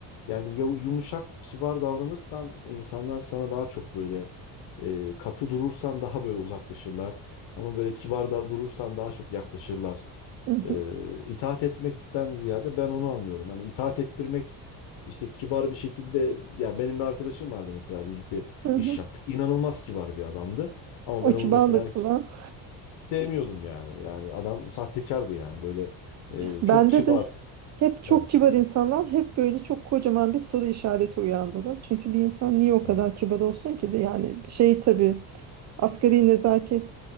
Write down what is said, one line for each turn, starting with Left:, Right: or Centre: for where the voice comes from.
Left: Yani ya- yumuşak, kibar davranırsan insanlar sana daha çok böyle e, katı durursan daha böyle uzaklaşırlar. Ama böyle kibar da durursan daha çok yaklaşırlar.
Right: Hı hı.
Left: E, itaat etmekten ziyade ben onu anlıyorum. Yani itaat ettirmek işte kibar bir şekilde ya benim bir arkadaşım vardı mesela birlikte
Right: Hı hı.
Left: iş yaptık. İnanılmaz kibar bir adamdı. Ama
Right: O
Left: ben
Right: kibarlıkla.
Left: onu mesela hiç sevmiyordum yani. Yani adam sahtekardı yani böyle e,
Right: Bende
Left: çok kibar.
Right: de hep çok
Left: Evet.
Right: kibar insanlar hep böyle çok kocaman bir soru işareti uyandırır. Çünkü bir insan niye o kadar
Left: Hmm.
Right: kibar olsun ki de yani şey tabii asgari nezaket